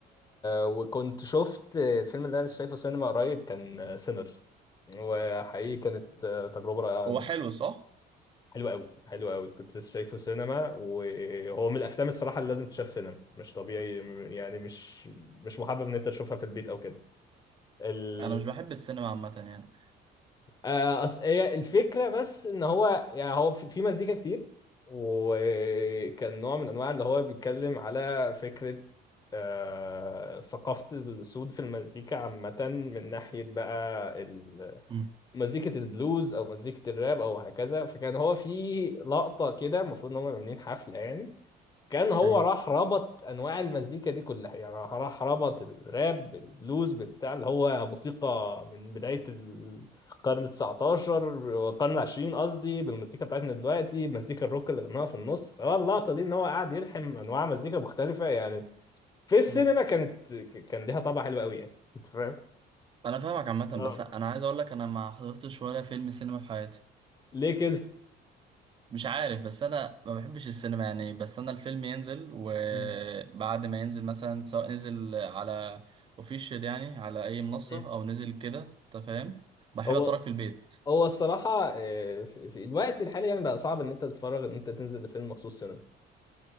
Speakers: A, on the left; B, on the right.
A: وكنت شفت الفيلم اللي انا شايفه سينما قريب كان سينرز وحقيقي كانت آه، تجربه رائعه
B: هو حلو صح
A: حلو قوي حلو قوي كنت لسه شايفه سينما وهو من الافلام الصراحه اللي لازم تشاف سينما مش طبيعي م- يعني مش مش محبب ان انت تشوفها في البيت او كده ال...
B: انا مش بحب السينما عامه يعني
A: آه، أص... هي الفكره بس ان هو يعني هو في في مزيكا كتير وكان نوع من انواع اللي هو بيتكلم على فكره آه، ثقافة السود في المزيكا عامة من ناحية بقى ال-
B: امم
A: مزيكة البلوز أو مزيكة الراب أو هكذا فكان هو في لقطة كده المفروض إن هم عاملين حفلة يعني كان هو
B: ايوه
A: راح ربط انواع المزيكا دي كلها يعني راح ربط الراب بالبلوز بتاع اللي هو موسيقى من بدايه القرن ال 19 والقرن ال 20 قصدي بالمزيكا بتاعتنا دلوقتي مزيكا الروك اللي غناها في النص فهو اللقطه دي ان هو قاعد يلحم انواع مزيكا مختلفه يعني في السينما
B: مم.
A: كانت ك- كان ليها طابع حلو قوي يعني انت فاهم؟
B: انا فاهمك عامه
A: اه
B: بس انا عايز اقول لك انا ما حضرتش ولا فيلم سينما في حياتي
A: ليه كده؟
B: مش عارف بس انا ما بحبش السينما يعني بس انا الفيلم ينزل وبعد
A: مم.
B: ما ينزل مثلا سواء نزل على اوفيشال يعني على اي منصه
A: مم.
B: او نزل كده انت فاهم بحب
A: هو
B: اتفرج في البيت
A: هو الصراحه آه، في في الوقت الحالي يعني بقى صعب ان انت تتفرج ان انت تنزل لفيلم مخصوص سينما